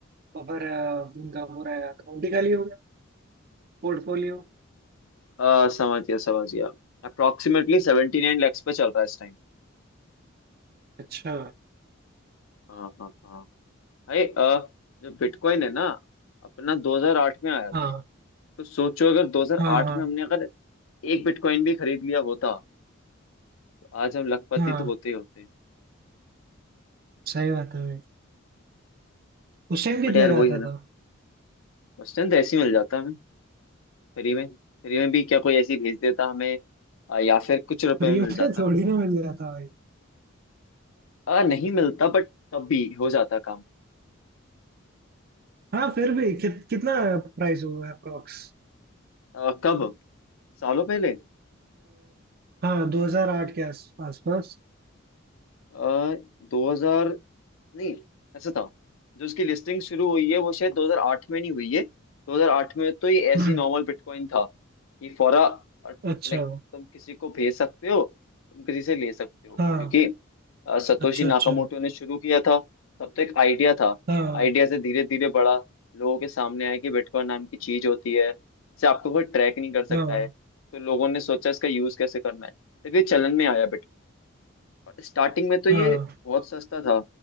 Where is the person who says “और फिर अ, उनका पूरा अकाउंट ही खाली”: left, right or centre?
Right